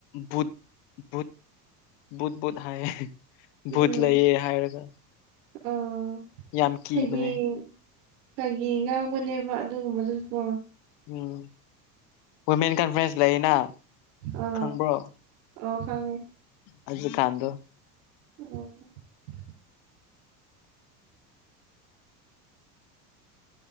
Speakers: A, on the left; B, on the right.
A: ꯕꯨꯠ ꯕꯨꯠ ꯨꯚꯨꯠ ꯚꯨꯠ ꯍꯥꯏ ꯌꯦ ꯚꯨꯠ
B: ꯎꯝ
A: ꯂꯩ ꯍꯥꯏꯔꯒ
B: ꯑꯥ
A: ꯌꯥꯝ ꯀꯤꯕꯅꯦ
B: ꯐꯥꯒꯤ ꯐꯥꯒꯤ ꯉꯥꯡꯕꯅꯦꯕ ꯑꯗꯨꯒꯨꯝꯕꯗꯨꯀꯣ
A: ꯎꯝ ꯋꯨꯃꯦꯟ ꯀꯟꯐꯔꯦꯟꯁ ꯂꯩꯌꯦꯅ
B: ꯑ
A: ꯈꯪꯕ꯭ꯔꯣ
B: ꯑꯣ ꯈꯪꯉꯦ
A: ꯑꯩꯒꯤ ꯀꯥꯟꯗꯣ
B: ꯑꯣ